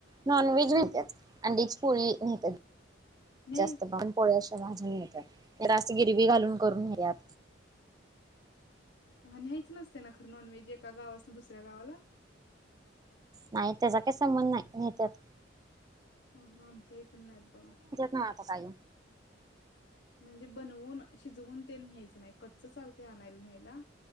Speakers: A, on the right (about 20°); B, on the left (about 60°).
A: Non veg न्हेत्यात. अंडीची पोळी न्हेत्यात.
B: नाही.
A: जास्त पन पोळ्या अशा भाजून येतात. रास्त गिरवी घालून करून घ्यात
B: हं न्याहायचं नसतय ना खरं नॉनव्हेज एका गावास्नं दुसऱ्या गावाला?
A: नाही त्याजा काही संबंध नाही न्हेत्यात.
B: हं हां आमच्या इकडून आहेत बगा.
A: ना आता काय
B: म्हणजे बनवून शिजवून तेन न्ह्यायचं नाही. कच्च चालतंय आणायल् न्ह्यायला.